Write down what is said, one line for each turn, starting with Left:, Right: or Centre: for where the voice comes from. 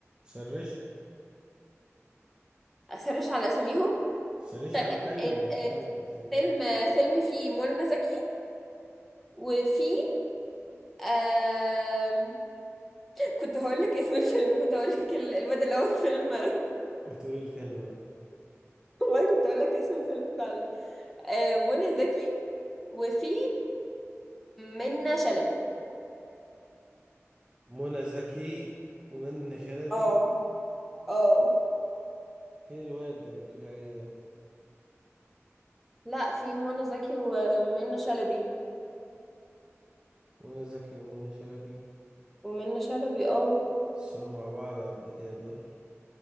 Right: سرشي
Centre: اسرش على اساميهم
Right: سرشي
Centre: طيب
Right: على الفيلم
Centre: ال-
Right: هيطلع
Centre: ال-
Right: لك اسامي
Centre: فيلم فيلم فيه منى زكي وفي آم... كنت هقول لك اسم الفيلم كنت هقول لك ال- الواد اللي هو في فيلم <laughs>
Right: بطول الفيلم بقى
Centre: والله كنت هقول لك اسم الفيلم فعلا آه، منى زكي وفي منى شلبي
Right: منى زكي ومنى شلبي
Centre: اه اه
Right: فين الواد ده اللي بتقولي عليه ده
Centre: لا في منى زكي ومنى شلبي
Right: منى زكي ومنى شلبي
Centre: ومنى شلبي اه
Right: اتصلوا مع بعض قبل كده دول